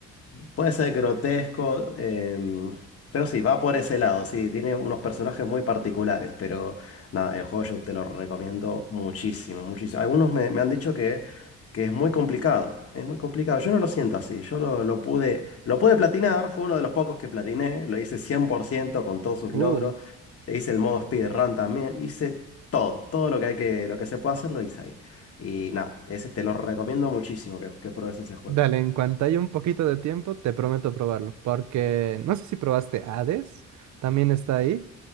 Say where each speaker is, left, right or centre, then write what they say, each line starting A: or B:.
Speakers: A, on the left; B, on the right.
A: Puede ser grotesco, em, pero sí, va por ese lado, sí, tiene unos personajes muy particulares, pero nada, el juego yo te lo recomiendo muchísimo, muchísimo. Algunos me, me han dicho que, que es muy complicado, es muy complicado, yo no lo siento así, yo lo, lo pude, lo pude platinar, fue uno de los pocos que platiné, lo hice 100% con todos sus
B: Uh,
A: logros, e hice el modo speedrun también, hice todo, todo lo que hay que, lo que se puede hacer lo hice ahí. Y nada, ese te lo recomiendo muchísimo que, que pruebes ese juego.
B: dale, en cuanto haya un poquito de tiempo, te prometo probarlo, porque no sé si probaste Hades, también está ahí,